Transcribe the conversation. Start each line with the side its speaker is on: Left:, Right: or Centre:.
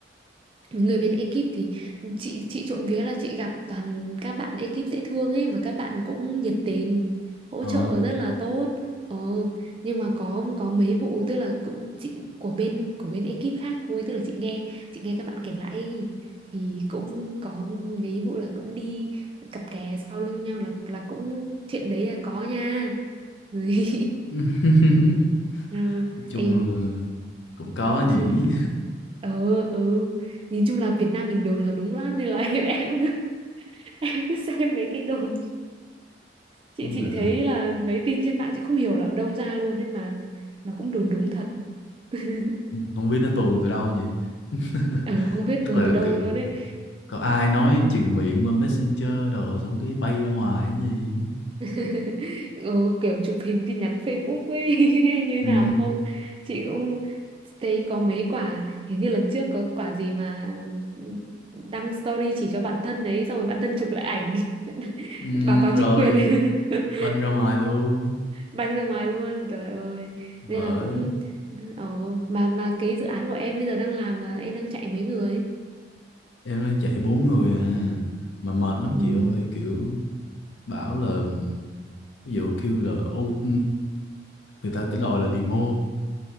Right: người bên ekip thì chị chị trộm vía là chị gặp toàn các bạn ekip dễ thương ấy mà các bạn cũng nhiệt tình hỗ
Left: ờ
Right: trợ rất là tốt ờ nhưng mà có có mấy vụ tức là cũng chị của bên của bên ekip khác thôi tức là chị nghe chị nghe các bạn kể lại ấy, thì cũng có mấy vụ là cũng đi cặp kè sau lưng nhau là là cũng chuyện đấy là có nha <laughs>
Left: <laughs>
Right: Ừ.
Left: chung
Right: Ê,
Left: là cũng
Right: Ừ,
Left: có nhỉ
Right: chứ ừ ừ nhìn chung là Việt Nam mình đồn là đúng lắm nên là <laughs> em em cứ em cứ xem mấy cái đồn chị
Left: chung
Right: chị
Left: là
Right: thấy là mấy tin trên mạng chị không hiểu là ở đâu ra luôn ấy mà mà cũng đồn đúng thật <laughs>
Left: không biết nó tuồn từ đâu nhỉ <laughs>
Right: ừ, không biết
Left: chắc
Right: đồn
Left: là
Right: từ đâu
Left: kiểu
Right: luôn ấy
Left: có ai nói truyền miệng qua Messenger đồ xong cái bay ra ngoài cái gì
Right: <laughs> ừ, kiểu chụp hình tin nhắn Facebook ấy <laughs> hay như
Left: ừ,
Right: nào không chị cũng thấy có mấy quả hình như lần trước có quả gì mà đăng story chỉ cho bạn thân đấy xong rồi bạn thân chụp lại ảnh <laughs>
Left: ừ,
Right: báo cáo chính
Left: rồi
Right: quyền <laughs>
Left: banh ra ngoài luôn
Right: banh ra ngoài luôn trời ơi
Left: vợ
Right: nên là cũng ồ mà mà cái dự án của em bây giờ đang làm là em đang chạy mấy người
Left: em đang chạy bốn người à mà mệt lắm
Right: ừ
Left: chị ơi kiểu bảo là ví dụ kêu là ô người ta cái đòi là demo